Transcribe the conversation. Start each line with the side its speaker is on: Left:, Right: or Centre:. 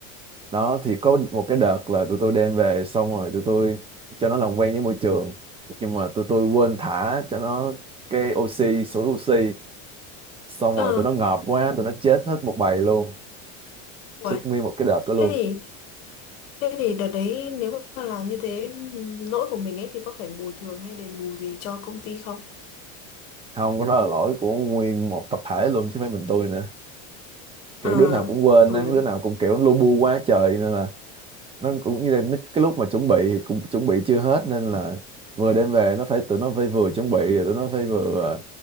Right: đó thì có một cái đợt là tụi tôi đem về xong rồi tụi tôi cho nó làm quen với môi trường nhưng mà tụi tôi quên thả cho nó cái oxy sủi oxy xong rồi
Left: ờ
Right: tụi nó ngợp quá tụi nó chết hết một bầy luôn
Left: Uầy,
Right: chết nguyên một cái đợt đó luôn
Left: Thế thì thế thì đợt đấy nếu mà làm như thế lỗi của mình ấy thì có phải bồi thường hay đền bù gì cho công ty không?
Right: không có đó là lỗi của nguyên một tập thể luôn chứ không phải mình tôi nữa kiểu
Left: Ờ,
Right: đứa nào cũng quên
Left: ừ,
Right: á, đứa nào cũng kiểu lu bu quá trời nên là nó cũng như là nó- cái lúc mà chuẩn bị thì cũng chuẩn bị chưa hết nên là vừa đem về nó phải tụi nó phải vừa chuẩn bị rồi tụi nó phải vừa ờ,